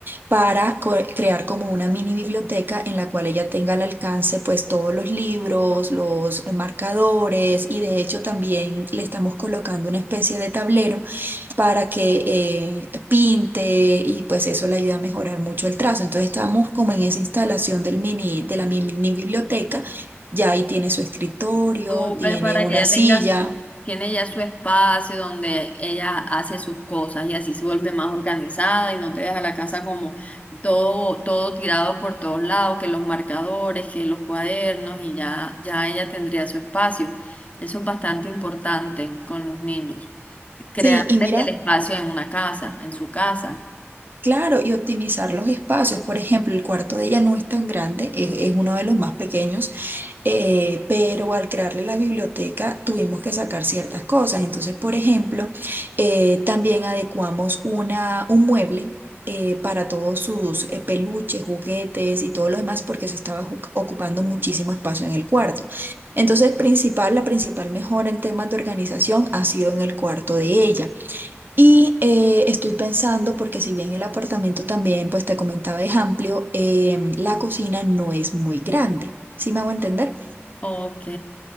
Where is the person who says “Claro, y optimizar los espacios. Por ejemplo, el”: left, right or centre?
Right